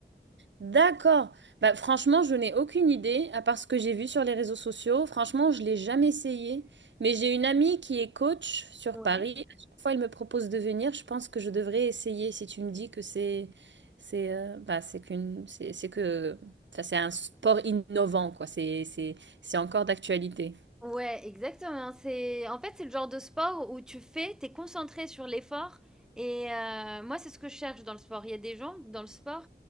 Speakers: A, on the right (about 80°); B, in the centre.
A: D'accord. Bah, franchement, je n'ai aucune idée, à part ce que j'ai vu sur les réseaux sociaux. Franchement, je l'ai jamais essayé. Mais j'ai une amie qui est coach sur
B: Ouais.
A: Paris. À chaque fois, elle me propose de venir. Je pense que je devrais essayer si tu me dis que c'est c'est euh, bah, c'est qu'une c'est c'est que enfin, c'est un sport innovant quoi. C'est c'est c'est encore d'actualité.
B: Ouais, exactement. C'est en fait, c'est le genre de sport où tu fais, tu es concentré sur l'effort et heu, moi, c'est ce que je cherche dans le sport. Il y a des gens dans le sport